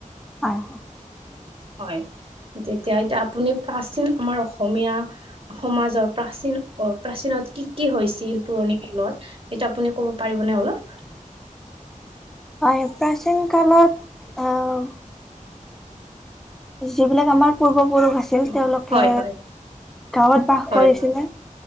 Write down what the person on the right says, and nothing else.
হয়, তেতিয়া এতিয়া আপুনি প্ৰাচীন আমাৰ অসমীয়া সমাজৰ, প্ৰাচীন- অ-প্ৰাচীনত, কি কি হৈছিল পুৰণি <unintelligible> এতিয়া আপুনি ক'ব পাৰিবনে অলপ?
উম
হয় হয়
হয়